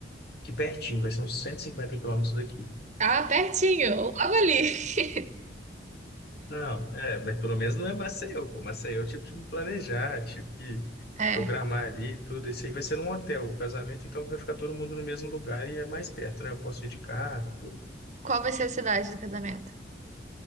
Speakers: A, on the left; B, on the right.
A: aqui pertinho, vai ser uns 150 quilômetros daqui.
B: ah, pertinho, logo ali. <laughs>
A: Não, é, mas pelo menos não é Maceió, pô. Maceió eu tive que me planejar, tive que
B: É.
A: programar ali e tudo. Isso aí vai ser num hotel. O casamento, então, vai ficar todo mundo no mesmo lugar e é mais perto, né? Eu posso ir de carro, tudo.
B: Qual vai ser a cidade do casamento?